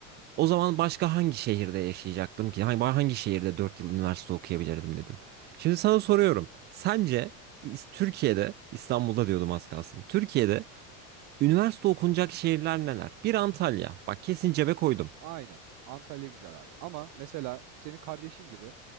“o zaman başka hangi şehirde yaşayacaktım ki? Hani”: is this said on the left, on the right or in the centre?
Right